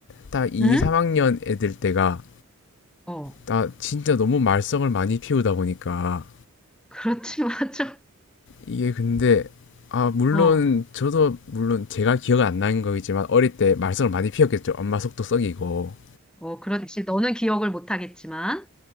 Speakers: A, on the left (about 55°); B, in the centre.
A: 딱 2,
B: 응?
A: 3학년 애들 때가
B: 어,
A: 나 진짜 너무 말썽을 많이 피우다 보니까
B: 그렇지, <laughs> 맞아.
A: 이게 근데 아 물론
B: 어,
A: 저도 물론 제가 기억 안 나는 거겠지만 어릴 때 말썽을 많이 피웠겠죠. 엄마 속도 썩이고.
B: 어, 그렇지. 너는 기억을 못 하겠지만.